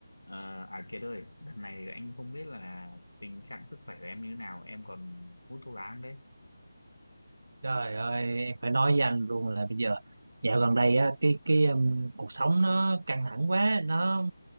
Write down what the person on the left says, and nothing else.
À, à Kiệt ơi, đợt này anh không biết là tình trạng sức khỏe của em như thế nào, em còn hút thuốc lá không đấy?